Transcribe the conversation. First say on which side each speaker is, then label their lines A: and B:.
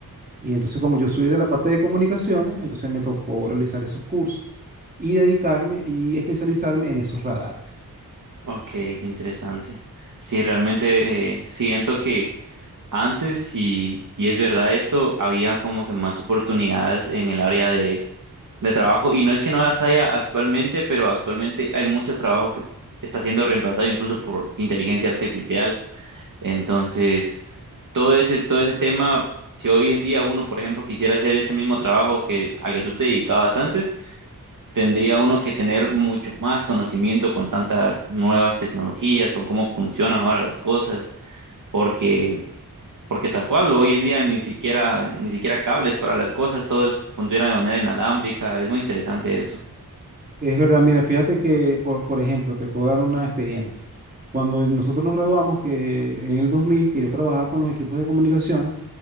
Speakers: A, on the right (about 25°); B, on the right (about 55°).
A: Y entonces como yo soy de la parte de comunicaciones, entonces me tocó realizar esos cursos y dedicarme y especializarme en esos radares.
B: Ok, qué interesante. Sí, realmente eh, siento que antes, y, y es verdad esto, había como que más oportunidades en el área de, de trabajo. Y no es que no las haya actualmente, pero actualmente hay mucho trabajo que está siendo reemplazado incluso por inteligencia artificial. Entonces, todo ese, todo ese tema, si hoy en día uno, por ejemplo, quisiera hacer ese mismo trabajo que, al que tú te dedicabas antes, tendría uno que tener mucho más conocimiento con tantas nuevas tecnologías, con cómo funcionan ahora las cosas, porque, porque tal cual, hoy en día ni siquiera, ni siquiera cables para las cosas, todo es- funciona de manera inalámbrica, es muy interesante eso.
A: Es verdad, mira, fíjate que, por, por ejemplo, te puedo dar una experiencia. Cuando nosotros nos graduamos, que en el 2000, que yo trabajaba con los equipos de comunicaciones,